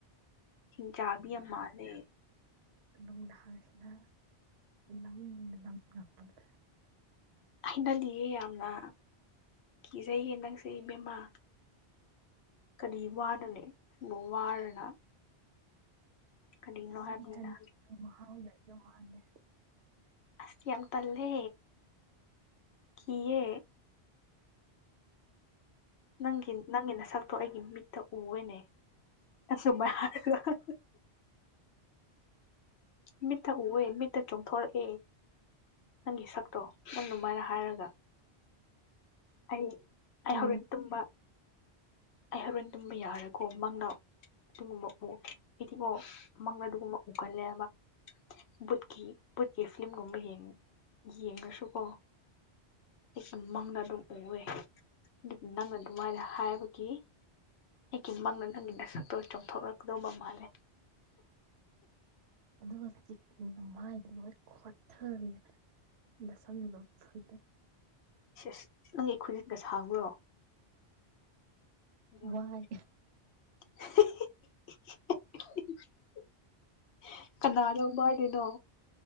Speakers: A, on the left; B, on the right.
A: ꯍꯤꯡꯆꯥꯕꯤ ꯌꯥꯝ ꯃꯥꯜꯂꯦ
B: ꯅꯨꯡꯁꯤꯗ ꯅꯪ ꯅꯪ <unintelligible>
A: ꯍꯩꯅꯗꯤꯌꯦ ꯌꯥꯝꯅ ꯀꯤꯖꯩꯌꯦ ꯅꯪꯁꯦ ꯏꯕꯦꯝꯃꯥ ꯀꯔꯤ ꯋꯥꯅ‌ꯣꯅ‌ꯦ ꯋꯥꯔꯅ ꯀꯔꯤꯅꯣ
B: ꯅꯆꯤꯟ
A: ꯍꯥꯏꯕꯅꯤꯅ
B: ꯀꯥꯟ ꯃꯍꯥꯎ ꯂꯩꯗ‌ꯣ ꯃꯥꯟꯗ‌ꯦ
A: ꯑꯁ ꯌꯥꯝ ꯇꯜꯂꯦ ꯀꯤꯌꯦ ꯅꯪꯒꯤ ꯅꯪꯒꯤ ꯅꯁꯛꯇꯣ ꯑꯩꯒꯤ ꯃꯤꯠꯇ ꯎꯋ‌ꯦꯅꯦ ꯑꯆꯨꯝꯕ ꯍꯥꯏꯔꯒ ꯃꯤꯠꯇ ꯎꯑꯦ ꯃꯤꯠꯇ ꯆꯣꯡꯊꯣꯔꯛꯑꯦ ꯅꯪꯒꯤ ꯁꯛꯇꯣ ꯅꯪ ꯑꯗꯨꯃꯥꯏꯅ ꯍꯥꯏꯔꯒ ꯑꯩ ꯑꯩ
B: ꯀꯦ
A: ꯍꯧꯔꯦꯟ ꯇꯨꯝꯕ ꯑꯩ ꯍꯧꯔꯣꯟ ꯇꯨꯝꯕ ꯌꯥꯔꯦꯏꯀꯣ ꯃꯪꯅ ꯑꯗꯨꯨꯒꯨꯝꯕ ꯎ ꯍꯥꯏꯗꯤꯀ‌ꯣ ꯃꯪꯗ ꯑꯗꯨꯒꯨꯝꯕ ꯎꯒꯜꯂꯦꯕ ꯕꯨꯠꯀꯤ ꯕꯨꯠꯀꯤ ꯐꯤꯂꯝꯒꯨꯝꯕ ꯌꯦꯡ ꯌꯦꯡꯔꯁꯨꯀꯣ ꯑꯩꯁꯨ ꯃꯪꯗ ꯑꯗꯨꯝ ꯎꯑꯦ ꯑꯗꯨꯕꯨ ꯅꯪꯅ ꯑꯗꯨꯃꯥꯏꯅ ꯍꯥꯏꯕꯒꯤ ꯑꯩꯒꯤ ꯃꯪꯗ ꯅꯪꯒꯤ ꯅꯁꯛꯇꯣ ꯆꯣꯡꯊꯣꯛꯔꯛꯀꯗꯧꯕ ꯃꯥꯜꯂꯦ
B: ꯑꯗꯨꯒ ꯍꯧꯖꯤꯛ ꯅꯃꯥꯏꯗ‌ꯣ ꯂꯣꯏ ꯈꯣꯊꯔ‌ꯦ ꯅꯁꯝꯒ ꯐ‌ꯣꯏꯗꯠ
A: ꯁꯤꯁ ꯅꯪꯒꯤ ꯈꯨꯖꯤꯟꯗ ꯁꯥꯡꯕ꯭ꯔꯣ <unintelligible>
B: ꯋꯥꯏ
A: ꯀꯅꯥꯗꯧꯕ <unintelligible> ꯅꯣ